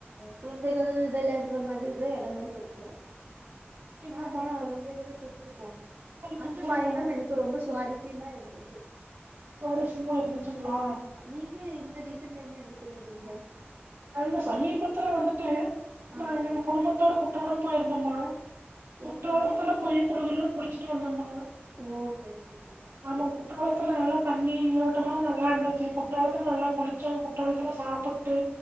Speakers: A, on the right; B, on the right.
A: குழந்தைகள் விளையாடுற மாரிதா இடமலாம் இருக்கு
B: சரிங்களாம்மா
A: நான் என் கொழந்தைகள கூட்டிட்டு போனேன்
B: சரிம்மா
A: அந்த
B: சரிம்மா
A: பயணம் எனக்கு ரொம்ப சுவாரஸ்ஸியமா இருந்துச்சு
B: சுவாரசியமா இருந்துச்சுங்களா
A: ஆமா நீங்க இந்த ரீசென்ட் டைம்ல எங்க போயிருந்தீங்க
B: அவுங்க சமீபத்துல வந்துட்டு
A: ஆமாங்க
B: நா எங்க குடும்பத்தோட குற்றாலம் போயிருந்தம்மா குற்றாலத்துல
A: எங்கங்க
B: போய் குலுகுலு குளிச்சிட்டு வந்தம்மா
A: ஓ சரி சரிங்க
B: ஆமா குற்றாலத்துல நல்ல தண்ணி நீரோட்டமா நல்லா இருந்தந்துச்சு குற்றாலத்துல நல்லா குளிச்சம் குற்றாலத்துல சாப்ப ட்டு